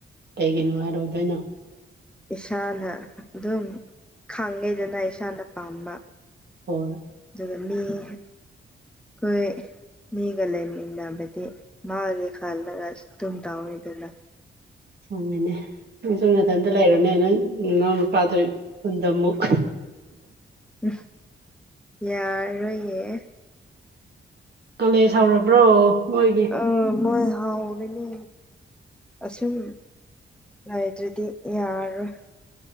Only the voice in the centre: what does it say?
ꯏꯁꯥꯅ ꯑꯗꯨꯝ ꯈꯥꯡꯉꯦꯗꯅ ꯏꯁꯥꯅ ꯄꯥꯝꯕ
<unintelligible> ꯃꯤꯒ ꯂꯩꯃꯤꯟꯅꯕꯗꯤ ꯃꯥꯒꯤ ꯈꯜꯂꯒ ꯑꯗꯨꯨꯝ ꯇꯧꯔꯤꯗꯨꯗꯤ
ꯎꯝ ꯌꯥꯔꯣꯏꯌꯦ
ꯑ ꯃꯣꯏ ꯍꯥꯎꯒꯅꯤ ꯑꯁꯨꯝ <unintelligible>